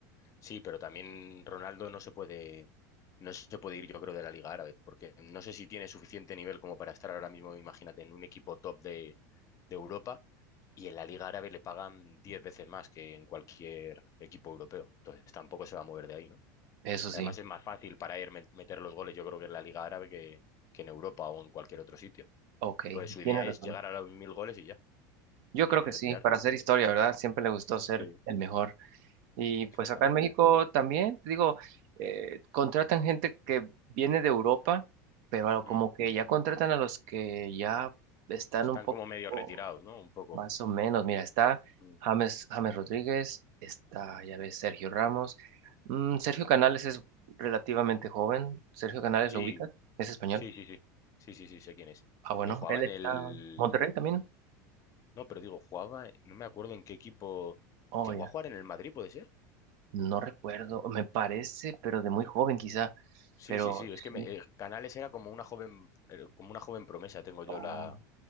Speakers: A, on the left; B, on the right.
A: Sí, pero también Ronaldo no se puede, no se puede ir, yo creo, de la Liga Árabe, porque no sé si tiene suficiente nivel como para estar ahora mismo, imagínate, en un equipo top de, de Europa y en la Liga Árabe le pagan 10 veces más que en cualquier equipo europeo. Entonces tampoco se va a mover de ahí, ¿no?
B: Eso sí.
A: Además es más fácil para él me- meter los goles, yo creo que en la Liga Árabe que, que en Europa o en cualquier otro sitio.
B: Ok,
A: Pues su idea
B: tiene razón.
A: es llegar a los mil goles y ya,
B: Yo
A: y
B: creo que
A: retirarse.
B: sí, para hacer historia, ¿verdad? Siempre le gustó ser
A: Sí,
B: el mejor. Y
A: exactamente.
B: pues acá en México también, te digo, eh, contratan gente que viene de Europa, pero como
A: Mm.
B: que ya contratan a los que ya están
A: Están
B: un poco
A: como medio retirados, ¿no? Un poco.
B: Más o menos, mira, está
A: Mm.
B: James, James Rodríguez, está, ya ves, Sergio Ramos. Mm, Sergio Canales es relativamente joven. Sergio Canales
A: Sí,
B: lo ubica, es español.
A: Sí, sí, sí. Sí, sí, sí, sé quién es.
B: Ah, bueno,
A: Que jugaba
B: él
A: en
B: está
A: el...
B: Monterrey también.
A: No, pero digo, jugaba... No me acuerdo en qué equipo...
B: Oh,
A: ¿Llegó
B: ya.
A: a jugar en el Madrid, puede ser?
B: No recuerdo, me parece, pero de
A: Yo
B: muy joven
A: creo...
B: quizá.
A: Sí,
B: Pero
A: sí, sí.
B: sí,
A: Es que me- eh, Canales era como una joven... eh, Como una joven promesa, tengo yo
B: oh,
A: la...